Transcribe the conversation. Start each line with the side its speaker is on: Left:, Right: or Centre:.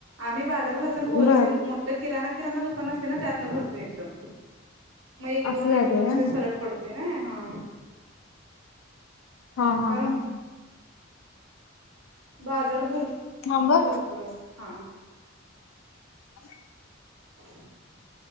Right: आम्ही बाजार भरताना
Left: हम्म.
Right: होलसेल
Left: बर
Right: मो तर किराणा किराणा दुकान असते ना त्यातनं भरतो एकदम, मग एक
Left: असं
Right: दोन
Left: झालंय
Right: एक दोन
Left: व्हय.
Right: रुपये फरक पडते ना हा.
Left: हा हा
Right: कारण
Left: हा हा.
Right: बाजार भर
Left: थांबा
Right: भरपूर अस, हा.
Left: <unintelligible>
Right: <inaudible>